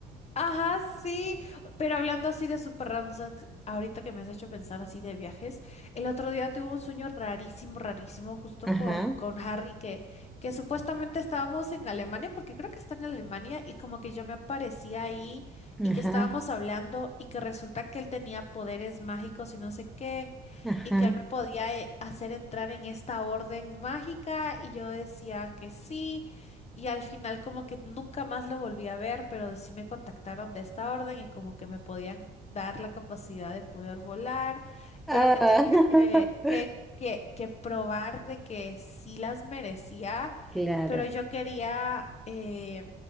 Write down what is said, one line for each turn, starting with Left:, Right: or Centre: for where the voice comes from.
Left: Ajá, sí, pero hablando así de súper random, ¿sabes? ahorita que me has hecho pensar así de viajes, el otro día tuve un sueño rarísimo, rarísimo, justo
Centre: Ajá,
Left: con, con Harry, que, que supuestamente estábamos en Alemania, porque creo que está en Alemania, y como que yo me aparecía ahí
Centre: ajá,
Left: y que estábamos hablando y que resulta que él tenía poderes mágicos y no sé qué,
Centre: ajá.
Left: y que él me podía eh, hacer entrar en esta orden mágica, y yo decía que sí. Y al final como que nunca más lo volví a ver, pero sí me contactaron de esta orden y como que me podían dar la capacidad de poder volar,
Centre: Ah,
Left: pero que tenía
Centre: <laughs>
Left: que, que, que, que probar de que sí las merecía,
Centre: claro.
Left: pero yo quería eh,